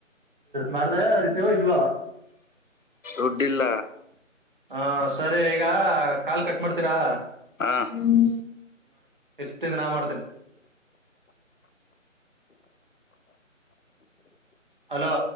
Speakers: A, on the right (about 40°); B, on the left (about 80°).
A: ಮಾಡ್ದ ರಿಸವ ಇಲ್ವಾ
B: ಉಡಿಿಲ್ಲ
A: ಹಾ ಸರಿ ಈಗ ಕಾಲ್ ಕಟ್ ಮಾಡ್ತೀರಾ
B: ಹಾ ಹ್ಮ್
A: ಎತ್ತಿಂದ ನಾ ಮಾಡ್ತೇನೆ ಹಲೋ